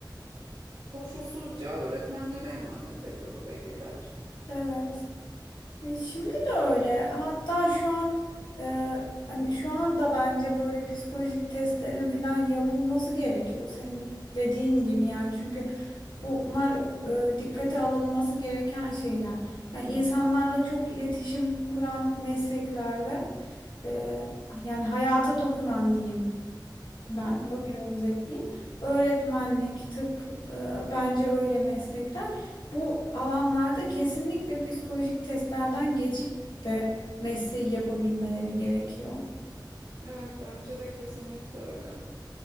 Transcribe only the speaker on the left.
evet. E, şimdi de öyle. Hatta şu an e, hani şu anda bence böyle psikolojik testlerin falan yapılması gerekiyor. Senin dediğin gibi yani çünkü bunlar e, dikkate alınması gereken şeyler. Yani insanlarla çok iletişim kuran mesleklerde e, yani hayata dokunan diyeyim ben
öyle özetleyeyim. Öğretmenlik, tıp e, bence öyle meslekler. Bu alanlarda kesinlikle psikolojik testlerden geçip de mesleği yapabilmeleri gerekiyor.